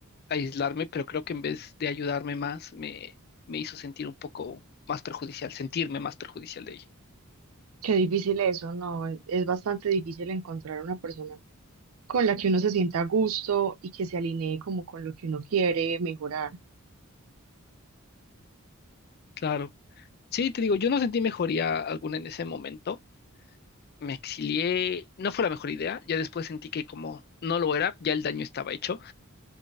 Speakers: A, on the left; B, on the right.
A: aislarme, pero creo que en vez de ayudarme más, me, me hizo sentir un poco más perjudicial, sentirme más perjudicial de ella.
B: Qué difícil eso, ¿no? E-, Es bastante difícil encontrar una persona con la que uno se sienta a gusto y que se alinee como con lo que uno quiere mejorar.
A: Claro. Sí, te digo, yo no sentí mejoría alguna en ese momento. Me exilié, no fue la mejor idea, ya después sentí que como no lo era, ya el daño estaba hecho,